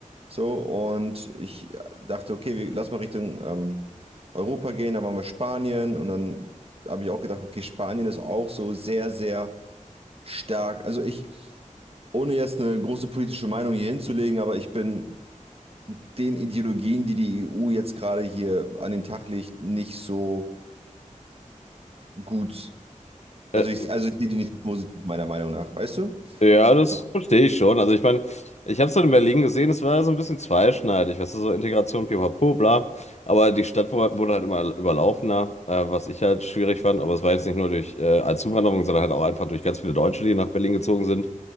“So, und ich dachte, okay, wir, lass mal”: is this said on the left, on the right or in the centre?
Right